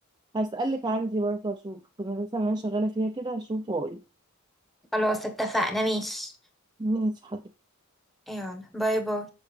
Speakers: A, on the right (about 20°); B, in the centre.
A: هسألك عندي برضه أشوف في المدرسة اللي أنا شغالة فيها كده هشوف وأقول
B: خلاص اتفقنا ماشي
A: ماشي حاضر
B: يلا باي باي